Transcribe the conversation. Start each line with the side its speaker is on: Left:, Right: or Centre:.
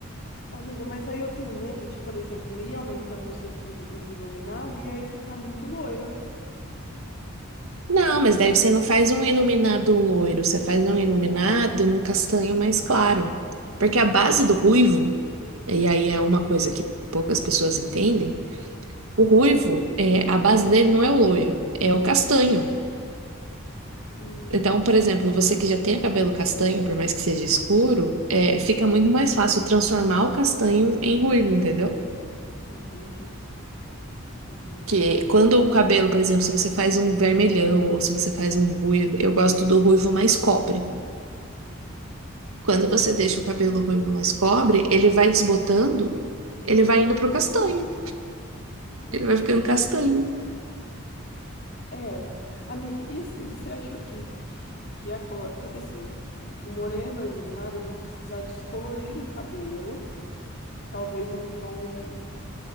Left: Ô, amiga, mas aí eu tenho medo de, por exemplo, ir aumentando os, o- os iluminados e aí ficar muito loira.
Right: Não, mas daí você não faz um iluminado loiro, você faz um iluminado num castanho mais claro. Porque a base do ruivo, e aí é uma coisa que poucas pessoas entendem, o ruivo, é, a base dele não é o loiro, é o castanho.
Left: Hum,
Right: Então, por exemplo, você que já tem o cabelo castanho, por mais que seja escuro, é, fica muito mais fácil transformar o castanho em ruivo, entendeu?
Left: entendi. Entendi,
Right: Que
Left: amiga.
Right: quando o cabelo, por exemplo, se você faz um vermelhão ou se você faz um ruivo, eu gosto do ruivo mais cobre. Quando você deixa o cabelo ruivo mais cobre, ele vai desbotando, ele vai indo pro castanho, ele
Left: Entendi.
Right: vai ficando castanho.
Left: É, amiga, e assim, você achou que, que, que a color... Porque assim, o morena iluminada, eu vou precisar descolorir o cabelo, talvez num tom...